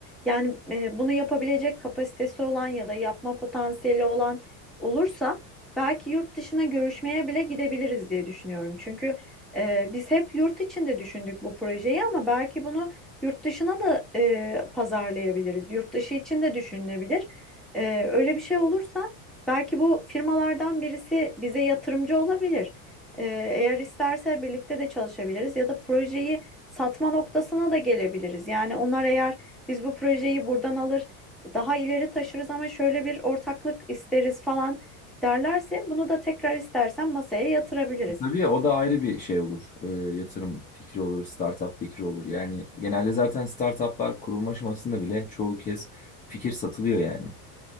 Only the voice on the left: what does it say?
Tabii ya, o da ayrı bir şey olur. E, yatırım fikri olur, startup fikri olur. Yani genelde zaten startuplar kurulma aşamasında bile çoğu kez fikir satılıyor yani.